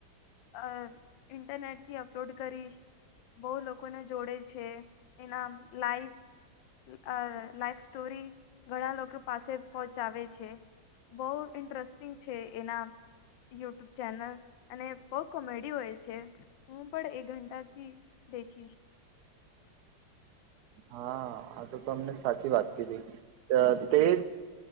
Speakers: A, on the left; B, on the right.
A: અ ઇન્ટરનેટથી અપલોડ કરીશ બહુ લોકોને જોડે છે એના લાઈફ અ લાઈફ સ્ટોરી ઘણા લોકો પાસે પહોંચાવે છે બહુ ઇન્ટરેસ્ટિંગ છે એના યુટ્યુબ ચેનલ અને બહુ કોમેડી હોય છે હું પણ એ ઘંટા દેખીશ
B: હા આ તો મને સાચી વાત કીધી તેજ